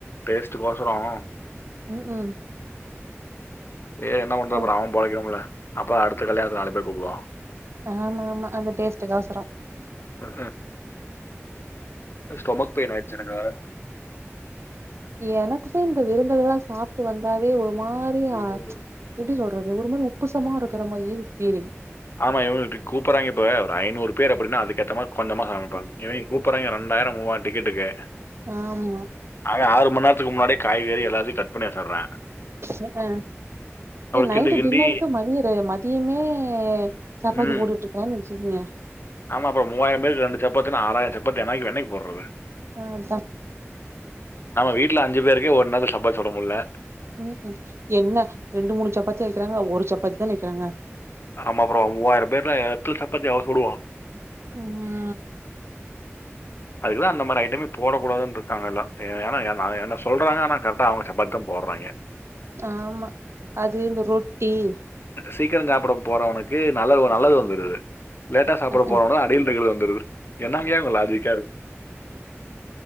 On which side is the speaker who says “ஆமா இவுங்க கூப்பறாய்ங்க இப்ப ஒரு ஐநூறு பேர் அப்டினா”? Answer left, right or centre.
Left